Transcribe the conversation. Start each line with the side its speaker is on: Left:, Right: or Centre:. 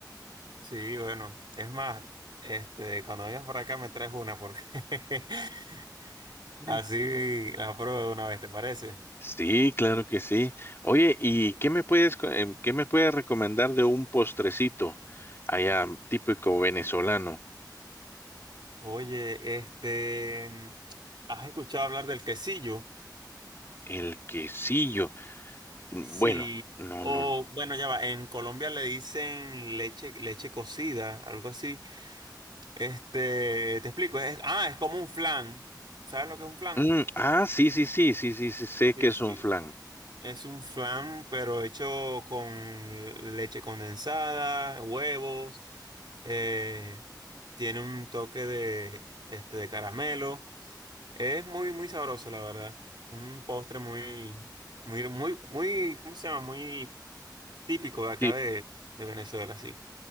Right: Sí, bueno, es más, este, cuando vengas por acá me traes una porque <laughs>
Left: Mm.
Right: así la pruebo de una vez, ¿te parece?
Left: Sí, claro que sí. Oye, ¿y qué me puedes, co- em, qué me puedes recomendar de un postrecito allá típico venezolano?
Right: Oye, este, ¿has escuchado hablar del quesillo?
Left: El quesillo. Mm,
Right: Sí,
Left: Bueno, no,
Right: o
Left: no.
Right: bueno, ya va, en Colombia le dicen leche, leche cocida, algo así. Este, te explico, es, ah, es como un flan. ¿Sabes lo que es un flan?
Left: Mm, ah, sí, sí, sí, sí, sí, sí, sé
Right: Sí,
Left: que es
Right: sí.
Left: un flan.
Right: Es un flan, pero hecho con leche condensada, huevos, eh, tiene un toque de, este, de caramelo. Es muy, muy sabroso, la verdad. Un postre muy, muy, muy, muy, ¿cómo se llama? Muy típico de acá
Left: Sí,
Right: de, de Venezuela, sí.